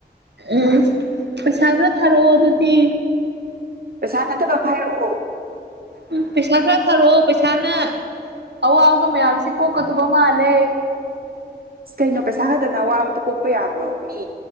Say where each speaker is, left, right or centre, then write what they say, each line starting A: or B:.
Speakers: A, on the right; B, on the right.
A: ꯎꯝ ꯄꯩꯁꯥ ꯈꯔ ꯊꯥꯔꯛꯑꯣ ꯑꯗꯨꯗꯤ
B: ꯄꯩꯁꯥ ꯅꯠꯇꯕ ꯑꯃ ꯍꯥꯏꯥꯏꯔꯛꯑꯣ
A: ꯎꯝ ꯄꯩꯁꯥ ꯈꯔ ꯊꯥꯔꯛꯑꯣ ꯄꯩꯁꯥꯅ ꯑꯋꯥꯕ ꯃꯌꯥꯝꯁꯦ ꯀꯣꯛꯀꯗꯕ ꯃꯥꯜꯂꯦ
B: ꯑ ꯀꯩꯅꯣ ꯄꯩꯁꯥ ꯈꯛꯇꯅ ꯑꯋꯥꯕ ꯀꯣꯛꯄ ꯌꯥꯕ꯭ꯔꯣ ꯃꯤ